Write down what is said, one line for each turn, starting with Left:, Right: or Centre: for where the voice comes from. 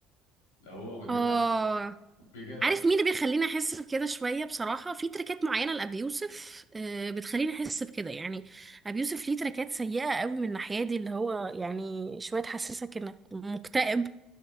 Left: لو هو اغنيه
Right: اه
Left: بتاعته بجد
Right: عارف مين اللي بيخليني احس بكده شويه بصراحه في تركات معينه لابي يوسف آه، بتخليني احس بكده يعني ابي يوسف ليه تركات سيئه قوي من الناحيه دي اللي هو يعني شويه تحسسك انك مكتئب